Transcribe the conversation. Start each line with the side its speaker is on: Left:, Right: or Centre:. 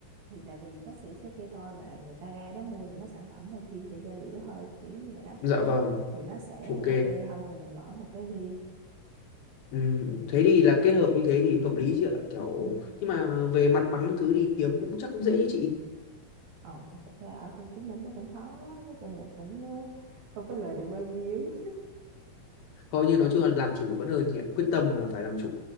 Right: thì tại vì bác sĩ sẽ kê toa và người ta ra đó mua những cái sản phẩm mà chuyên về da liễu thôi kiểu như vậy đó
Left: dạ vâng.
Right: thì nó sẽ
Left: Ok.
Right: ok hơn là mình mở một cái riêng
Left: Ừ, thế thì là kết hợp như thế thì hợp lý chị ạ. Kiểu
Right: ừ.
Left: nhưng mà về mặt bằng các thứ thì kiếm cũng chắc cũng dễ chứ chị.
Right: Ồ thì thật ra ở Hồ Chí Minh nó cũng khó á, nói chung là cũng ờ, không có lời được bao nhiêu
Left: Thôi nhưng
Right: <laughs>
Left: nói
Right: ờ
Left: chung là làm chủ vẫn hơn chị ạ. Quyết tâm
Right: ờ
Left: mà phải làm chủ.